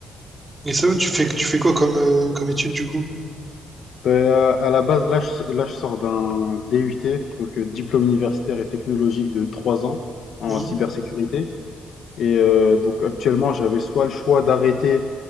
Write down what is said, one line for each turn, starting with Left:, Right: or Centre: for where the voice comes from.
Right: Et ça, tu fais, tu fais quoi comme, euh, comme étude du coup?
Left: Ben, à la base, là, je, là, je sors d'un DUT, donc euh, diplôme universitaire et technologique de 3 ans en
Right: Mhm,
Left: cybersécurité. Et euh, donc, actuellement, j'avais soit le choix d'arrêter